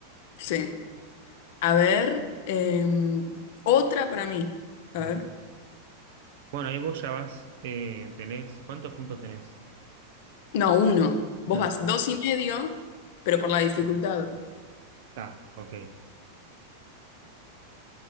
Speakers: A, on the left; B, on the right.
A: Sí. A ver, em, otra para mí. A
B: Ah.
A: ver.
B: Bueno, ahí vos ya vas, eh, tenés, ¿cuántos puntos tenés?
A: No, uno. Vos
B: Ah,
A: vas dos y medio, pero por la dificultad.
B: está, ok,